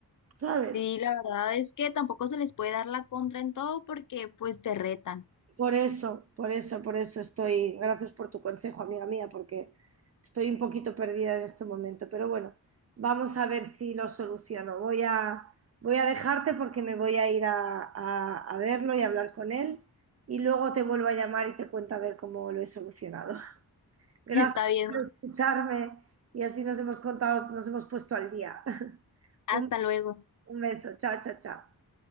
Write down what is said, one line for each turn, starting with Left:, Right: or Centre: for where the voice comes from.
Right: ¿sabes?
Left: Sí, la verdad es que tampoco se les puede dar la contra en todo porque pues te retan.
Right: Por eso, por eso, por eso estoy. Gracias por tu consejo, amiga mía, porque estoy un poquito perdida en este momento. Pero bueno, vamos a ver si lo soluciono. Voy a, voy a dejarte porque me voy a ir a, a- a verlo y hablar con él. Y luego te vuelvo a llamar y te cuento a ver cómo lo he solucionado. <laughs> Gracias
Left: <laughs> Está bien
Right: por escucharme y así nos hemos contado, nos hemos puesto al día. <laughs>
Left: Hasta
Right: Un,
Left: luego.
Right: un beso. Chao, chao, chao.